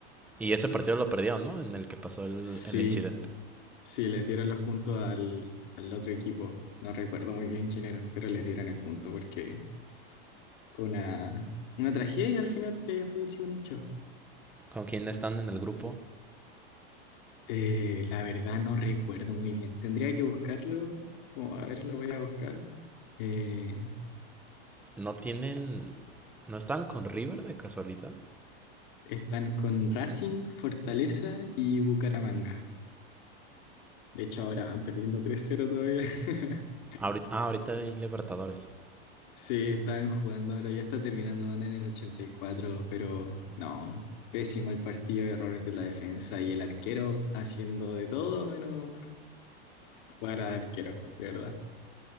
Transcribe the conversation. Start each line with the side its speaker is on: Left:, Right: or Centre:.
Centre: Y ese partido lo perdieron, ¿no? En el que pasó el,
Left: sí,
Centre: el incidente.
Left: sí, les dieron los puntos al, al otro equipo. No recuerdo muy bien quién era, pero les dieron el punto porque fue una, una tragedia al final que haya fallecido un hincha.
Centre: ¿Con quién están en el grupo?
Left: Eh, la verdad no recuerdo muy bien. Tendría que buscarlo. Como, a ver, lo voy a buscar. Eh,
Centre: ¿No tienen... ¿No están con River de casualidad?
Left: Están con Racing, Fortaleza y Bucaramanga. De hecho, ahora van perdiendo tres cero todavía. <laughs>
Centre: Ahorita, ah, ahorita hay Libertadores.
Left: Sí, están jugando ahora, ya está terminando, van en el ochenta y cuatro pero no, pésimo el partido, errores de la defensa y el arquero haciendo de todo menos jugar al arquero, de verdad.